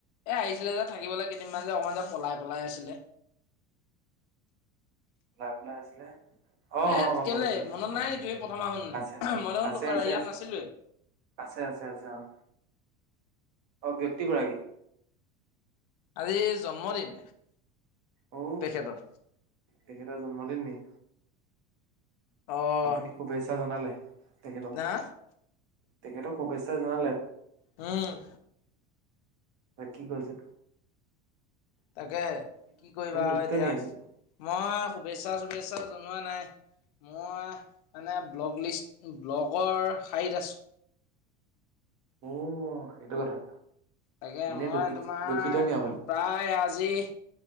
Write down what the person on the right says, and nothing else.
পলাই পলাই আছিলে। অ',
অ', গম
পাইছো <unintelligible>
আছে,
আছে আছে
আছে।
আছে আছে আছে অ', অ', ব্যক্তিগৰাকী।
অ
তেখেতৰ জন্মদিন নি?
আপুনি শুভেচ্ছা জনালে তেখেতক?
তেখেতক শুভেচ্ছা জনালে?
<unintelligible> কি কৰিছা?
দুখিত
নি আজি
অ', সেইটো কথা।
এনেই
দুখিত
দুখিত নি আপুনি